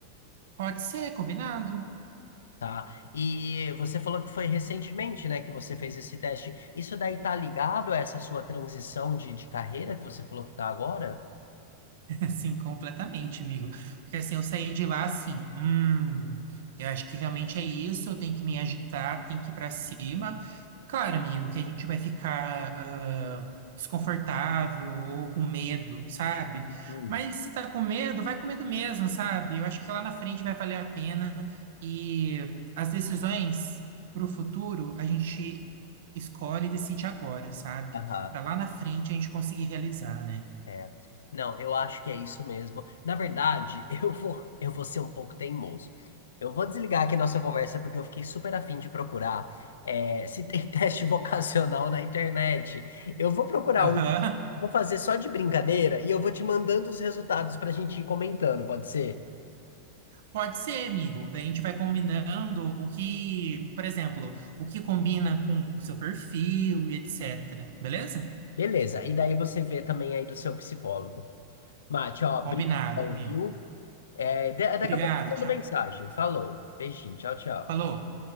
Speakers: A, on the right; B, on the left.
A: Pode ser, combinado.
B: Tá. E você falou que foi recentemente, né, que você fez esse teste. Isso daí tá ligado a essa sua transição de, de carreira que você falou que tá agora?
A: <laughs> Assim, completamente, amigo. Porque assim, eu saí de lá assim, hum, eu acho que realmente é isso, eu tenho que me agitar, tenho que ir pra cima. Claro, amigo, que a gente vai ficar ah, desconfortável ou com medo, sabe?
B: Hum.
A: Mas se tá com medo, vai com medo mesmo, sabe? Eu acho que lá na frente vai valer a pena e as decisões pro futuro a gente escolhe e decide agora, sabe?
B: Aham.
A: Pra lá na frente a gente conseguir realizar, né?
B: É. Não, eu acho que é isso mesmo. Na verdade, <laughs> eu vou, eu vou ser um pouco teimoso. Eu vou desligar aqui nossa conversa porque eu fiquei super afim de procurar é, se tem <laughs> teste vocacional na internet. Eu vou procurar
A: Aham.
B: um, vou fazer só de brincadeira e eu vou te mandando os resultados para a gente ir comentando, pode ser?
A: Pode ser, amigo. Daí a gente vai combinando o que, por exemplo, o que combina com o seu perfil e etc. Beleza?
B: Beleza, e daí você vê também aí do seu psicólogo. Mate, ó,
A: Combinado,
B: brincadão,
A: amigo.
B: viu? É, da- daqui
A: Obrigado,
B: a pouco eu mando
A: tchau.
B: mensagem. Falou, beijinho, tchau, tchau.
A: Falou.